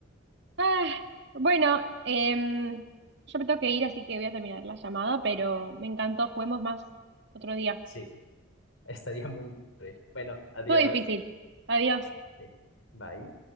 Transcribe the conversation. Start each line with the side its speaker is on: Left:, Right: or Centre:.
Right: Ah, bueno, em, yo me tengo que ir, así que voy a terminar la llamada, pero me encantó. Juguemos más otro día.
Left: Sí, <laughs> estaría muy bien. Bueno, adiós.
Right: Todo difícil. Adiós.
Left: Sí, bye.